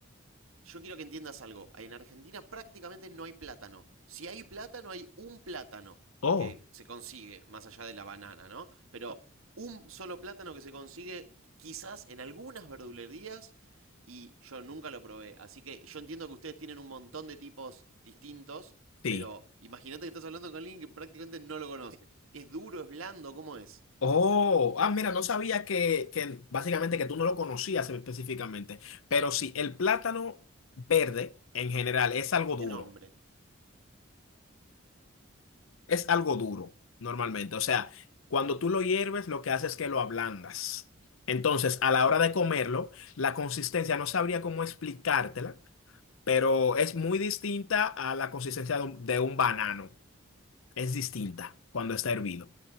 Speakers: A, on the right; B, on the left.
A: yo quiero que entiendas algo. En Argentina prácticamente no hay plátano. Si hay plátano, hay un plátano
B: Oh,
A: que se consigue, más allá de la banana, ¿no? Pero un solo plátano que se consigue quizás en algunas verdulerías y yo nunca lo probé. Así que yo entiendo que ustedes tienen un montón de tipos distintos,
B: sí.
A: pero imagínate que estás hablando con alguien que prácticamente no lo conoce. Es duro, es blando, ¿cómo es?
B: Oh, ah, mira, no sabía que, que básicamente que tú no lo conocías específicamente, pero sí, el plátano verde en general es algo duro,
A: De nombre.
B: es algo duro normalmente, o sea, cuando tú lo hierves lo que haces es que lo ablandas. Entonces, a la hora de comerlo, la consistencia, no sabría cómo explicártela, pero es muy distinta a la consistencia de un, de un banano, es distinta cuando está hervido.